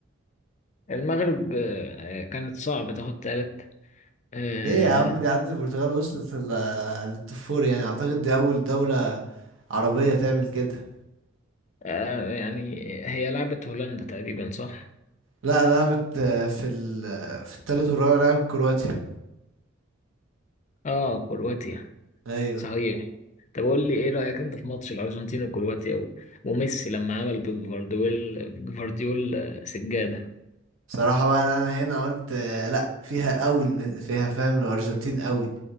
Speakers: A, on the left; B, on the right.
A: المغرب آه، كانت صعب تاخد تالت آه،
B: ليه يا عم دي عدت البرتغال وصلت لل- للتوب فور، يعني اعتقد دي اول دولة عربية تعمل كده
A: آه، يعني هي لعبت هولندا تقريبا صح؟
B: لا لعبت آه، في ال في التالت والرابع لعبت كرواتيا
A: اه كرواتيا
B: ايوه
A: صحيح طب قول لي ايه رأيك انت في ماتش الارجنتين وكرواتيا و- وميسي لما عمل بجفارديول بجفارديول آه، سجادة
B: صراحة بقى ده انا هنا قلت آه، لا فيها قوي الم- فيها فاهم الارجنتين قوي